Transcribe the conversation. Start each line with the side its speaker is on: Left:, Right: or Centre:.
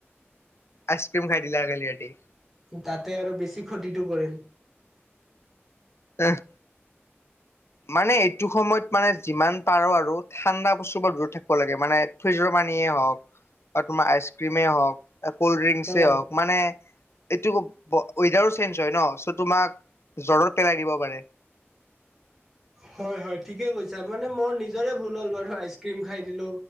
Left: আইসক্ৰীম খাই দিলা কালি ৰাতি?
Centre: তাতে আৰু বেছি ফ্ষতিটো কৰিল।
Left: আহ', মানে এইটো সময়ত মানে যিমান পাৰো আৰু ঠাণ্ডা বস্তুৰ পৰা দূৰত থাকিব লাগে, মানে ফ্ৰিজৰ পানীয়েেই হওক, আৰু তোমাৰ আইচক্ৰীমেই হওক কল্ড ড্ৰিংকছে
Centre: হয়
Left: হওক, মানে এইটো ৱে-ৱেডাৰো চেঞ্জ হয় ন চ' তোমাক জ্বৰত পেলাই দিব পাৰে।
Centre: হয়, হয়, ঠিকে কৈছা। মানে মোৰ নিজৰে ভুল হ'ল বাৰু আইচক্ৰীম খাই দিলো